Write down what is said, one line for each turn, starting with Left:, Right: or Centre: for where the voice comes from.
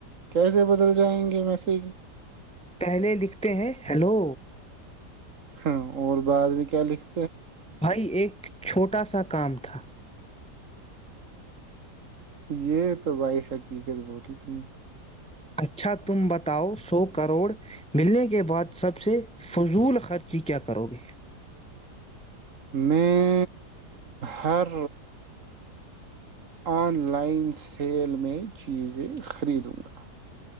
Right: کیسے بدل جائیں گے میسج
Centre: پہلے لکھتے ہیں ہیلو
Right: ہ اور بعد بھی کیا لکھ
Centre: بھائی ایک چھوٹا سا کام تھا
Right: یہ تو بھائی حقیقت بولی تم
Centre: اچھا تم بتاؤ سو کروڑ ملنے کے بعد سب سے فضول خرچی کیا کرو گے
Right: میں ہر آن لائن سیل میں چیزیں خریدوں گا